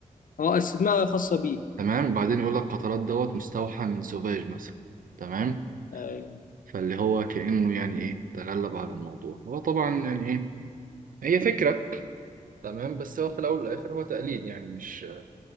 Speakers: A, on the left (about 75°); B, on the right (about 75°).
A: اه اسماء خاصة بيه
B: تمام بعدين يقول لك قطرات دوت مستوحى من سوفاج مثلا تمام
A: يعني
B: فاللي هو كأنه يعني إيه تغلب على الموضوع هو طبعا يعني إيه هي فكرة تمام بس هو في الأول والآخر هو تقليد يعني مش